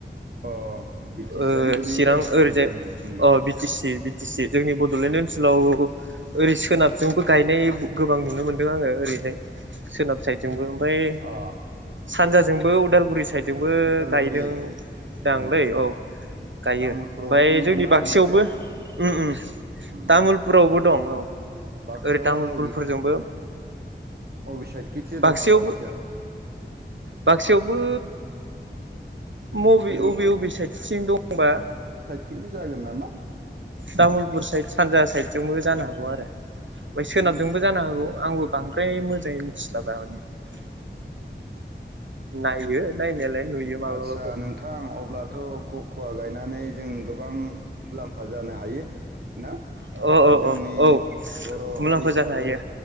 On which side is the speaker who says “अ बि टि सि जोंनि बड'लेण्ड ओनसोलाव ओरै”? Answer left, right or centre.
Right